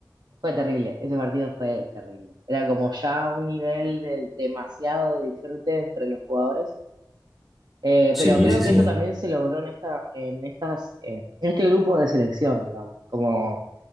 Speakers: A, on the right; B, in the centre.
A: fue, terrible, ese partido fue terrible. Era como ya un nivel de demasiado disfrute entre los jugadores Eh,
B: Sí,
A: pero creo
B: sí, sí.
A: que esto también se logró en esta, en estas, eh, en este grupo de selección, digamos. Como